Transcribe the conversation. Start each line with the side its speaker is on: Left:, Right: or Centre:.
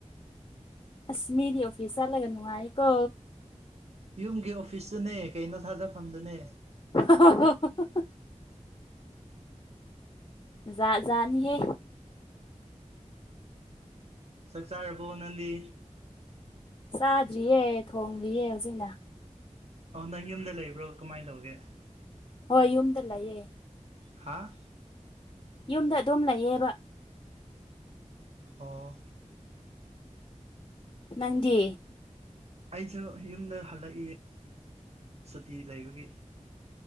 Left: ꯑꯁ ꯃꯤꯗꯤ ꯑꯣꯐꯤꯁ ꯆꯠꯂꯒ ꯅꯨꯡꯉꯥꯏꯀꯣ
Right: ꯌꯨꯝꯒꯤ ꯑꯣꯐꯤꯁꯇꯨꯅꯦ ꯀꯩꯅꯣ ꯊꯥꯗꯐꯝꯗꯨꯅꯦ
Left: <unintelligible> ꯖꯥꯠ ꯖꯥꯠ ꯅꯤꯍꯦ
Right: ꯆꯥꯛ ꯆꯥꯔꯕꯣ ꯅꯪꯗꯤ
Left: ꯆꯥꯗ꯭ꯔꯤꯌꯦ ꯊꯣꯂꯤꯌꯦ ꯍꯧꯖꯤꯛꯅ
Right: ꯑꯣ ꯅꯪ ꯌꯨꯝꯗ ꯂꯩꯕ꯭ꯔꯣ ꯀꯃꯥꯏꯅ ꯇꯧꯒꯦ
Left: ꯍꯣꯏ ꯌꯨꯝꯗ ꯂꯩꯌꯦ
Right: ꯍꯥꯥ
Left: ꯌꯨꯝꯗ ꯑꯗꯨꯝ ꯂꯩꯌꯦꯕ
Right: ꯑꯣ
Left: ꯅꯪꯗꯤ
Right: ꯑꯩꯁꯨ ꯌꯨꯝꯗ ꯍꯜꯂꯛꯏ ꯁꯨꯇꯤ ꯂꯩꯕꯒꯤ